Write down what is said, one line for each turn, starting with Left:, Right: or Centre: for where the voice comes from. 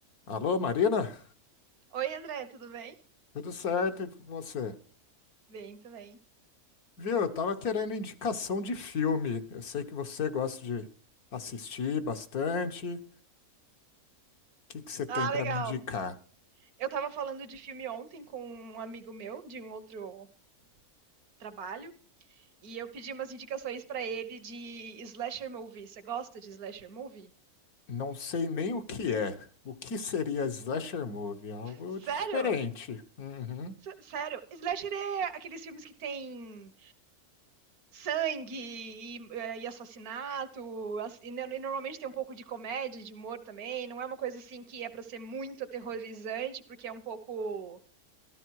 Left: Alô, Marina?
Right: Oi, André, tudo bem?
Left: Tudo certo e você?
Right: Bem, também.
Left: Viu, eu tava querendo indicação de filme. Eu sei que você gosta de assistir bastante. O que que você tem
Right: Ah,
Left: pra
Right: legal.
Left: me indicar?
Right: Eu tava falando de filme ontem com um amigo meu de um outro trabalho e eu pedi umas indicações pra ele de slasher movie. Você gosta de slasher movie?
Left: Não sei nem o que é. O que seria slasher movie? Algo
Right: Sério?
Left: diferente. Uhum.
Right: Sé- Sério? Slasher é aqueles filmes que tem sangue e, eh, e assassinato, ass- e, no- e normalmente tem um pouco de comédia, de humor também. Não é uma coisa assim que é pra ser muito aterrorizante, porque é um pouco